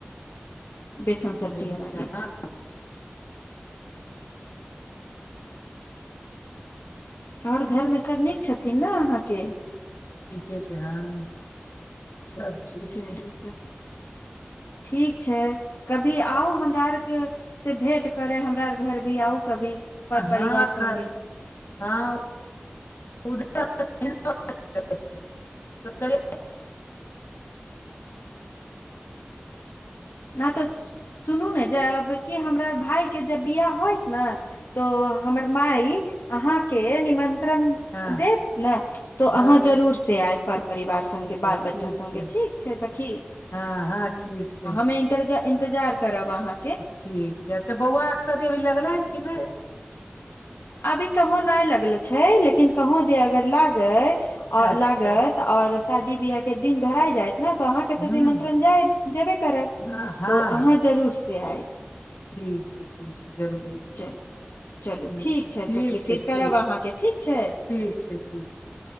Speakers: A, on the left; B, on the left.
A: बेसन सब्जी
B: फेर
A: बाला के आगे
B: हँ
A: आओर घरमे सभ नीक छथिन ने अहाँके
B: ठीके छै हँ सब ठीक
A: च
B: छै
A: त ठीक छै कब <unintelligible> कभी आउ हमरा आरके से भेंट करे हमरा आर घर भी आउ कभी पर
B: हँ
A: परिवार
B: कभी
A: संगे
B: हँ उधर <unintelligible> सक
A: न तऽ सुनू ने जे अब कि हमरा भाय के जब बियाह होइत ने तो हमर माई अहाँके निमंत्रण
B: हँ
A: देत ने तो
B: हँ
A: अहाँ जरूर से आय पर परिवार संगे
B: अच्छा
A: बाल
B: ठीक
A: बच्चा संगे
B: छै
A: ठीक छै सखी
B: हँ हँ ठीक छै
A: मे इन्तजार करब अहाँ
B: ठीक छै अच्छा बौआ आरके शादी अभी लगलै हन कि नहि
A: अभी कहीं नहि लगलो छै लेकिन कहुं जे अगर लागै
B: अच्छा
A: लागत
B: अच्छा
A: और शादी बियाह के दिन धराय जाइत नहि तऽ अहाँके
B: हूँ
A: तऽ निमंत्रण जाय जेबे करत
B: हँ हँ
A: तो अहाँ जरूर से आयब
B: ठीक छै ठीक छै जरूर एबै
A: चलू चलू ठीक
B: अच्छा
A: छै
B: ठीक
A: सखी
B: छै
A: फिर करब
B: ठीक छै
A: अहाँके ठीक छै
B: ठीक छै ठीक छै